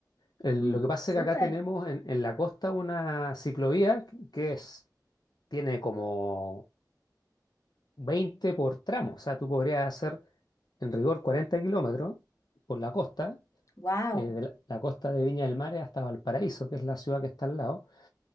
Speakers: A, on the left (about 65°); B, on the left (about 45°).
A: El-
B: Mm,
A: lo que pasa
B: súper,
A: es que acá tenemos en, en la costa una ciclovía que es, tiene como 20 por tramo. O sea, tú podrías hacer en rigor 40 kilómetros por la costa,
B: wow,
A: eh, de la, la costa de Viña del Mar hasta Valparaíso, que es la ciudad que está al lado.